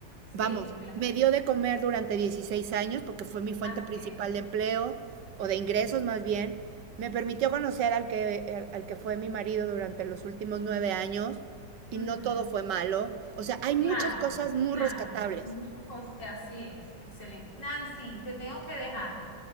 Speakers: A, on the right (about 75°); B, on the left (about 80°).
A: Vamos,
B: sí, claro,
A: me dio de comer durante 16 años porque fue mi fuente
B: así
A: principal
B: es.
A: de empleo o de ingresos más bien. Me permitió conocer al que, al al que fue mi marido durante los últimos nueve años y
B: Ujú,
A: no todo fue malo. O sea, hay
B: Claro,
A: muchas cosas muy
B: claro,
A: rescatables.
B: muchas cosas, así es, excelente. Nancy, te tengo que dejar,